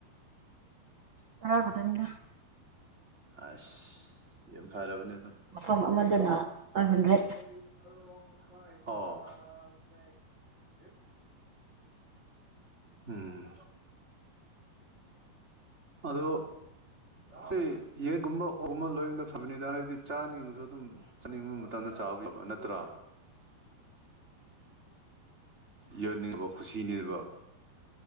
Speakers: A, on the right; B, on the right.
A: ꯇ ꯀꯗꯅꯤꯗ
B: ꯑꯁ ꯌꯥꯝꯨꯝ ꯐꯔꯥꯕꯅꯤ
A: ꯃꯐꯝ ꯑꯃꯗꯅ ꯐꯥꯏꯚ
B: ꯑꯣ
A: ꯍꯟꯗ꯭ꯔꯦꯠ
B: ꯎꯝ ꯑꯗ ꯑꯩ ꯌꯦꯟꯒꯨꯝꯕ ꯑꯣꯕ ꯂꯣꯏꯅ ꯐꯕꯅꯤꯗ ꯍꯥꯏꯕꯗꯤ ꯆꯥꯅꯤꯡꯉꯁꯨ ꯑꯗꯨꯝ ꯆꯥꯅꯤꯡꯕ ꯃꯇꯝꯗ ꯆꯥꯎ ꯅꯠꯇ꯭ꯔ ꯌꯣꯟꯅꯤꯡꯕ ꯈꯨꯁꯤꯅꯤꯕ